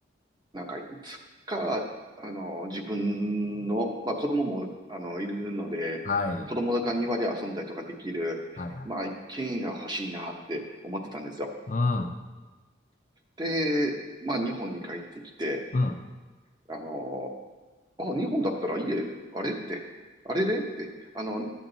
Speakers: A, on the right; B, on the left.
A: なんかいつか、あの、自分の、まあ子供も、あの、いるので、
B: はい。
A: 子供が庭で遊んだりとかできる、
B: はい、はい。
A: まあ一軒家が欲しいなって思ってたんですよ。
B: うん。
A: で、まあ日本に帰ってきて、
B: うん。
A: あの、あ、日本だったら家、あれって、あれれって、あの、